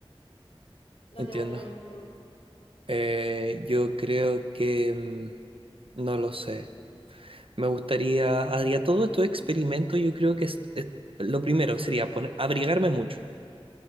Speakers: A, on the left; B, on the right.
A: ¿Dónde
B: entiendo.
A: volarías tú?
B: Eh, yo creo que mm, no lo sé. Me gustaría, haría todo estos experimentos. Yo creo que es- es- lo primero sería poner, abrigarme mucho.